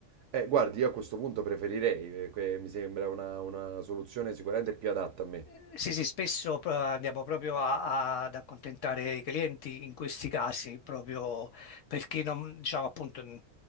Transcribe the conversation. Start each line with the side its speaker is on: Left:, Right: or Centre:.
Right: Eh, guardi, io a questo punto preferirei, eh, que- mi sembra una, una soluzione sicuramente più adatta a me.
Left: Ehm, Sì, sì, spesso eh, andiamo proprio a- a- ad accontentare i clienti in questi casi, proprio perché non, diciamo, appunto, n-